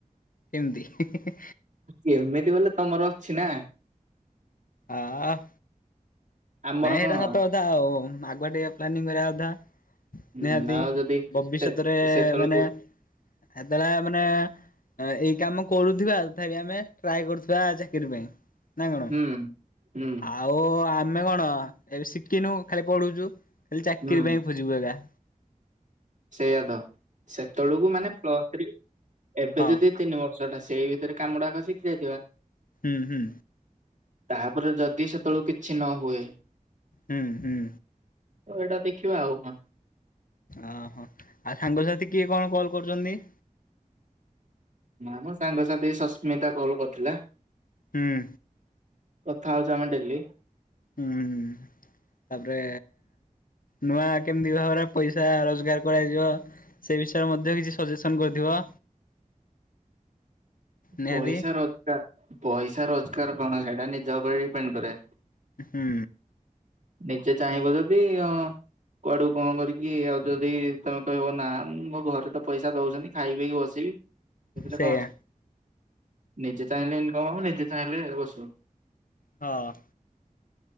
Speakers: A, on the left; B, on the right.
A: କେମିତି ହେ ହେଁ।
B: କେମିତି ବୋଲେ ତମର ଅଛି ନା।
A: ଅ ହଁ।
B: ଆମର
A: ନାଇଁ ଏଇଟା
B: କଣ
A: ସତ କଥା ଆଉ ଆଗୁଆ ଟିକେ ପ୍ଲାନିଂ କରିଆ କଥା।
B: ହୁଁ
A: ନିହାତି
B: ଆଉ ଯଦି
A: ବବିଷ୍ୟତରେ
B: ସେ ସେତେବେଳକୁ
A: ମାନେ ଏତେବେଳେ ମାନେ ଏଇ କାମ କରୁଥିବା ତଥାପି ଆମେ ଟ୍ରାଏ କରୁଥିବା ଚାକିରି ପାଇଁ। ନାଇଁ କଣ
B: ହୁଁ ହୁଁ
A: ଆଉ ଆମେ କଣ ଏବେ ଶିଖିନୁ ଖାଲି ପଢୁଚୁ। ଖାଲି ଚାକିରି
B: ହୁଁ
A: ପାଇଁ ଖୋଜିବୁ ଏଗା।
B: ସେଇଆ ଦ ସେତେବେଳକୁ ମାନେ ପ୍ଲସ୍ଥରି ଏବେ
A: ହଁ
B: ଯଦି ତିନି ବର୍ଷ ଟା ସେଇ ଭିତରେ କାମଟା ଏକା ଶିଖି ଯାଇଥିବା।
A: ହୁଁ ହୁଁ।
B: ତାପରେ ଯଦି ସେତେବେଳୁ କିଛି ନ ହୁଏ।
A: ହୁଁ ହୁଁ।
B: ତ ଏଇଟା ଦେଖିବା ଆଉ କଣ।
A: ଓହୋ ଆଉ ସାଙ୍ଗସାଥି କିଏ କଣ କଲ୍ କରୁଛନ୍ତି?
B: ନା ମ ସାଙ୍ଗସାଥି ସସ୍ମିତା କଲ୍ କରିଥିଲା।
A: ହୁଁ।
B: କଥା ହଉଛୁ ଆମେ ଡେଲି।
A: ହୁଁ ତାପରେ ନୂଆ କେମିତି ଭାବରେ ପଇସା ରୋଜଗାର କରାଯିବ ସେ ବିଷୟରେ ମଧ୍ୟ କିଛି ସଜେସନ କରିିଥିବ। ନିହାତି
B: ପଇସା ରୋଜଗାର ପଇସା ରୋଜଗାର କଣ ହେଟା ନିଜ ଉପରେ ଡିପେଣ୍ଡ କରେ।
A: ହୁଁ।
B: ନିଜେ ଚାହିଁବ ଯଦି ଅଁ କୁଆଡୁ କଣ କରିକି ଆଉ ଯଦି ତମେ କହିବ ନା ମୁଁ ମୋ ଘରେ ତ ପଇସା ଦଉଛନ୍ତି ଖାଇ ପିଇକି ବସିବି ସେଥିରେ
A: ସେଇଆ
B: କଣ ଅଛି ନିଜେ ଚାହିଁଲେ ଇନକମ ହବ ନିଜେ ଚାହିଁଲେ ବସିବ।
A: ହଁ।